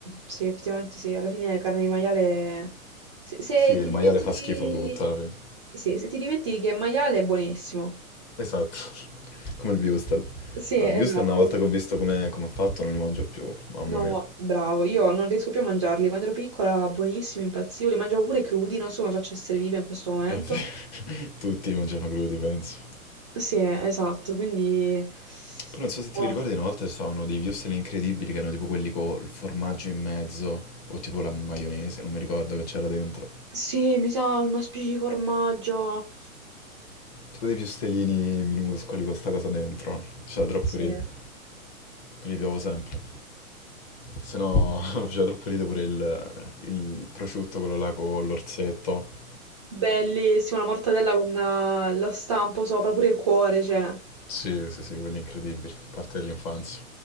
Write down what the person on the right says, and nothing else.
sì, effettivamente sì, alla fine la carne di maiale... Se, se
ti dimentichi...
Sì, se ti dimentichi che è maiale è buonissimo.
Sì, esatto.
No,
bravo, io non riesco più a mangiarli. Quando ero piccola, buonissimi, impazzivo, li mangiavo pure crudi, non so come faccio a essere viva in questo momento.
Sì, esatto, quindi...
Oh.
Sì, mi sa una specie di formaggio.
Sì.
Bellissima, la mortadella con eh, lo stampo sopra, pure il cuore, cioè.